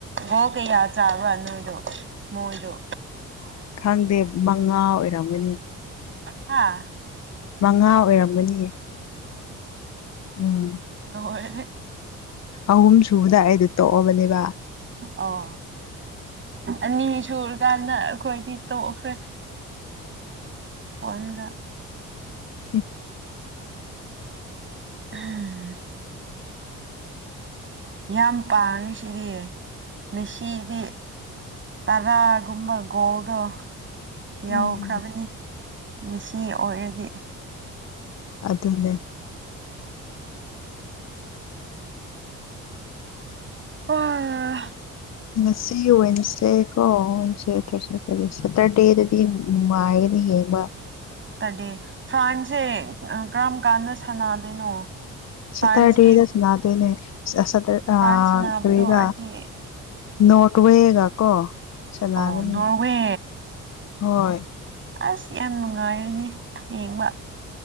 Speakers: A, on the right; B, on the left.
A: ꯒꯣ ꯀꯌꯥ ꯆꯥꯕ꯭ꯔꯥ ꯅꯣꯏꯗꯣ ꯃꯣꯏꯔ
B: ꯈꯪꯗꯦ ꯃꯉꯥ ꯑꯣꯏꯔꯝꯃꯅꯤ
A: ꯍꯥꯥ
B: ꯃꯉꯥ ꯑꯣꯏꯔꯝꯒꯅꯤ ꯎꯝ
A: ꯂꯣꯏꯔꯦ
B: ꯑꯍꯨꯝ ꯁꯨꯕꯗ ꯑꯩꯗꯣ ꯇꯣꯛꯑꯕꯅꯦꯕ
A: ꯑꯧ ꯑꯅꯤ ꯁꯨꯔꯀꯥꯟꯗ ꯑꯩꯈꯣꯏꯗꯤ ꯇꯣꯛꯈ꯭ꯔꯦ ꯍꯒ <unintelligible>
B: ꯍꯠ
A: ꯎꯝ ꯌꯥꯝ ꯄꯥꯡꯉꯤꯁꯤꯗꯤ ꯃꯦꯁꯤꯗꯤ ꯇꯔꯥꯒꯨꯝꯕ ꯒꯣꯜꯗꯣ ꯌꯥꯎꯈ꯭ꯔꯕꯅꯤ
B: ꯎꯝ
A: ꯁꯤ ꯑꯣꯏꯔꯗꯤ
B: ꯑꯗꯨꯅꯦ
A: ꯑꯣ
B: ꯉꯁꯤ ꯋꯦꯟꯁꯗꯦ ꯀꯣ ꯋꯦꯟꯁꯗꯦ ꯊꯔꯁꯗꯦ ꯀ ꯁꯦꯇꯔꯗꯦꯗꯗꯤ ꯅꯨꯡꯉꯥꯏꯒꯅꯤ ꯌꯦꯡꯕ
A: ꯇꯔꯗꯦ ꯐ꯭ꯔꯥꯟꯁꯁꯦ ꯀꯔꯝ ꯀꯥꯟꯗ ꯁꯥꯟꯅꯗꯣꯏꯅꯣ ꯐ꯭ꯔꯥꯟꯁꯀꯤ
B: ꯁꯠꯇꯔꯦꯗ ꯁꯅꯥꯗꯅꯦ ꯑ
A: ꯐ꯭ꯔꯥꯟꯁ
B: ꯑ
A: ꯁꯥꯟꯅꯕꯗꯣ
B: ꯊꯒ
A: ꯑꯩꯗꯤ
B: ꯅꯣꯠꯋꯦꯒ ꯀꯣ ꯁꯥꯟꯅꯒꯅꯤ
A: ꯑꯣ ꯅꯣꯔꯋꯦ
B: ꯍꯣꯏ
A: ꯑꯁ ꯌꯥꯝ ꯅꯨꯡꯉꯥꯏꯔꯅꯦ ꯌꯦꯡꯕ